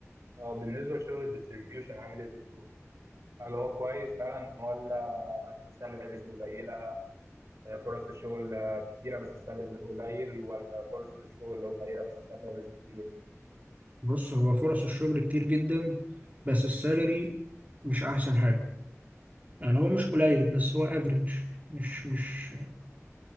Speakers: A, on the right; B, on the right.
A: اه بالنسبه لشغل الديستريبيوشن عامل ايه في السوق هل هو كويس فعلا ولا السالاريز قليله آه، فرص الشغل آه، كتيره بس السالاريز قليل ولا فرص الشغل قليله بس السالاريز كتير
B: بص هو فرص الشغل كتير جدا بس السالري مش احسن حاجة يعني هو مش قليل بس هو افريج مش مش